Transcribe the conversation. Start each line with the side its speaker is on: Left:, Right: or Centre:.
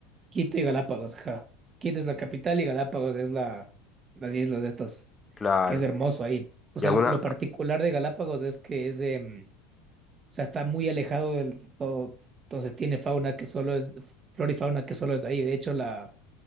Right: Quito y Galápagos, ajá. Quito es la capital y Galápagos es la, las islas de estas,
Left: Claro,
Right: que es hermoso ahí. O
Left: Y
Right: sea,
Left: alguna,
Right: lo, lo particular de Galápagos es que es, em, o sea, está muy alejado del- de todo, entonces tiene fauna que solo es, flora y fauna que solo es de ahí. De hecho, la,